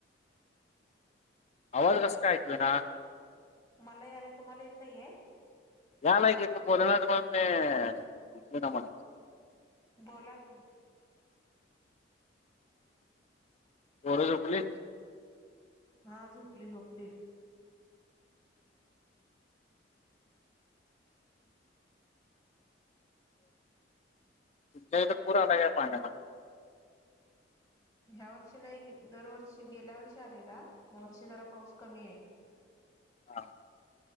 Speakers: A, on the left (about 35°); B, on the left (about 20°).
A: आवाज कस काय ऐकू येना.
B: मला यालाय तुम्हाला येत नाहीये?
A: या लाय कि बोल नास पण ना मला
B: बोला की.
A: पोर झोपली.
B: हा झोपली झोपली.
A: ते तर पुरा आलाय पाण्याला.
B: ह्या वर्षी नाही. दरवर्षी गेल्या वर्षी आलेला. ह्या वर्षी जरा पाऊस कमी आहे.
A: हा.